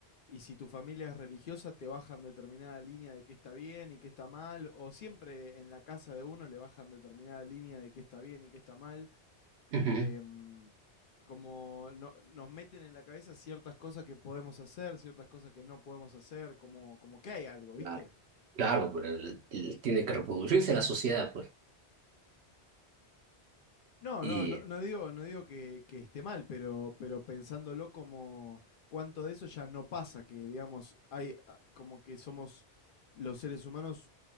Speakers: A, on the left (about 60°); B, on the right (about 70°).
A: y si tu familia es religiosa te bajan determinada línea de qué está bien y qué está mal o siempre en la casa de uno le bajan determinada línea de qué está bien y qué está mal
B: Ujú.
A: eh, como no- nos meten en la cabeza ciertas cosas que podemos hacer, ciertas cosas que no podemos hacer, como, como que hay algo, ¿viste?
B: Claro, claro, pero el- el- tiene que reproducirse la sociedad, pues.
A: No,
B: Y
A: no, no, no digo, no digo que, que esté mal, pero, pero pensándolo como cuánto de eso ya no pasa, que digamos, hay ah, como que somos los seres humanos,